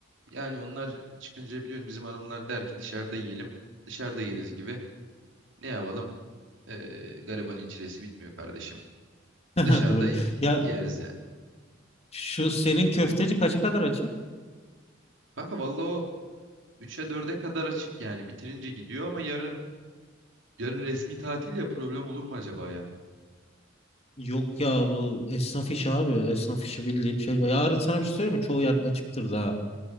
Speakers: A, on the right (about 70°); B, on the left (about 30°).
A: Yani onlar çıkınca biliyorum bizim hanımlar der ki dışarıda yiyelim. Dışarıda yeriz gibi. Ne yapalım? Ee, garibanın çilesi bitmiyor kardeşim.
B: <laughs>
A: Dışarıda
B: Doğru.
A: y-
B: Ya
A: yeriz yani.
B: Şu senin köfteci kaça kadar açık?
A: Kanka vallahi o 3'e 4'e kadar açık yani. Bitirince gidiyor ama yarın yarın resmi tatil ya problem olur mu acaba ya?
B: Yok ya bu esnaf işi abi. Esnaf işi bildiğin şey. Yarın sana bir şey söyleyeyim mi? Çoğu yer açıktır daha.